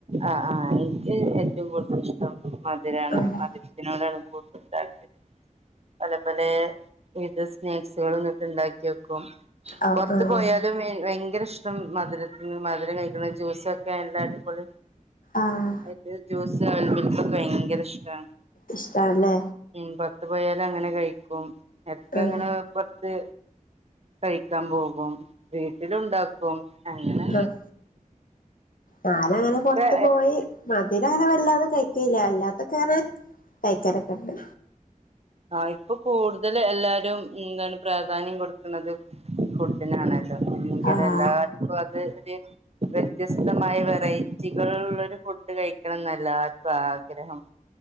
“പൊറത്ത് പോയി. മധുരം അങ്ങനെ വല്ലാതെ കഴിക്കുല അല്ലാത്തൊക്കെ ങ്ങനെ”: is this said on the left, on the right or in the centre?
Left